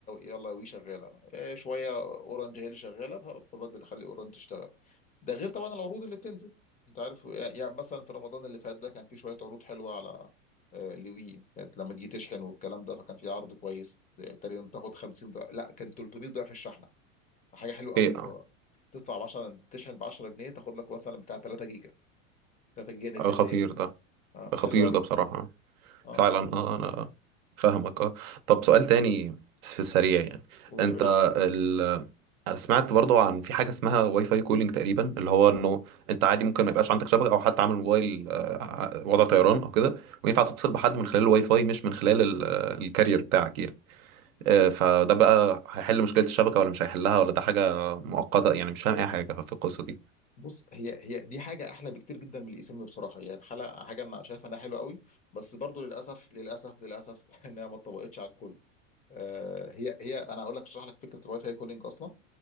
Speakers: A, on the left; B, on the right.
A: يلا وي شغاله إيه شويه اورنج هي اللي شغاله ف- فبدل اخلي اورنج تشتغل ده غير طبعا العروض اللي بتنزل انت عارف يعني مثلا في رمضان اللي فات ده كان في شويه عروض حلوه على آه، لوي كانت لما تيجي تشحن والكلام ده فكان في عرض كويس آه، تقريبا بتاخد 50 ضعف لا كان 300 ضعف الشحن حاجه حلوه قوي
B: إيه
A: اللي هو تدفع ب 10 تشحن ب 10 جنيه تاخد لك مثلا بتاع 3 جيجا 3 جيجا نت
B: آه، خطير
A: هديه
B: ده
A: اه
B: خطير
A: فحلو قوي
B: ده بصراحة
A: اه
B: فعلا اه انا فاهمك اه طب سؤال تاني في السريع يعني
A: قول
B: انت
A: يا باشا
B: ال... انا سمعت برضو عن في حاجه اسمها واي فاي كولينج تقريبا اللي هو انه انت عادي ممكن ما يبقاش عندك شبكه او حتى عامل موبايل آه، ع- وضع طيران او كده وينفع تتصل بحد من خلال الواي فاي مش من خلال ال- آه، الكارير بتاعك يعني آه، فده بقى هيحل مشكله الشبكه ولا مش هيحلها ولا ده حاجه مؤقته يعني مش فاهم اي حاجه في القصه دي
A: بص هي هي دي حاجه احلى بكتير جدا من الاسم بصراحه يعني حلقه حاجه انا شايفها انها حلوه قوي بس برضو للاسف للاسف للاسف <laughs> انها ما اتطبقتش على الكل آه هي هي انا اقول لك اشرح لك فكره الواي فاي كولينج اصلا